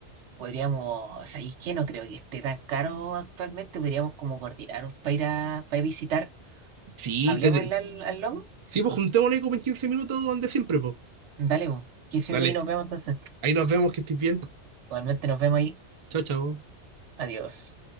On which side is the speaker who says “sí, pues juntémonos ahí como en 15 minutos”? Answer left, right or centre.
Right